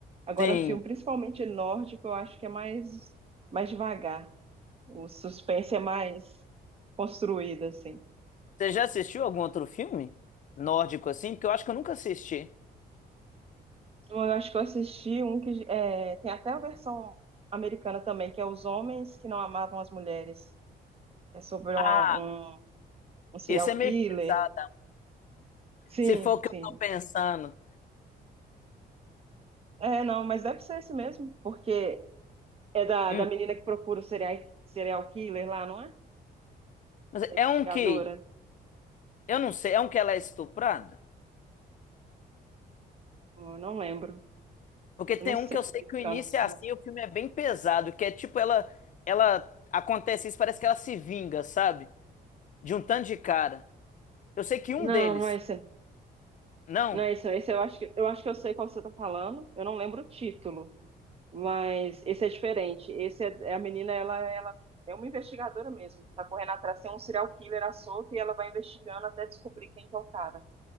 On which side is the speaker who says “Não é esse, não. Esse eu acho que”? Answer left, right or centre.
Right